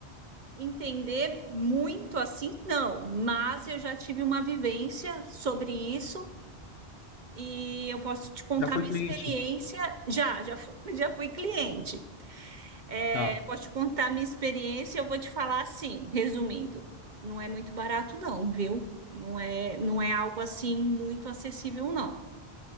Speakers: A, on the right; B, on the left.
A: entender muito assim, não, mas eu já tive uma vivência sobre isso e eu posso te contar
B: Já foi
A: minha
B: cliente.
A: experiência. Já, já fui, <laughs> já fui cliente. É,
B: Tá.
A: posso te contar minha experiência, eu vou te falar assim, resumindo. Não é muito barato, não, viu? Não é, não é algo assim muito acessível, não.